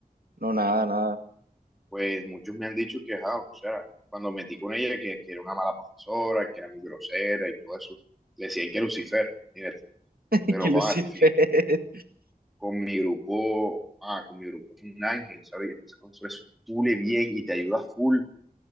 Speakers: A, on the right; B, in the centre.
A: no, nada, nada.
B: pues muchos me han dicho que, ah, o sea, cuando metí con ella, que, que era una mala profesora, que era muy grosera y todo eso, le decían que Lucifer, mira,
A: <laughs>
B: pero,
A: Qué
B: joder,
A: lucifer.
B: definí, con mi grupo, ah, con mi grupo es un ángel, ¿sabes? Y entonces con eso es full y bien y te ayuda full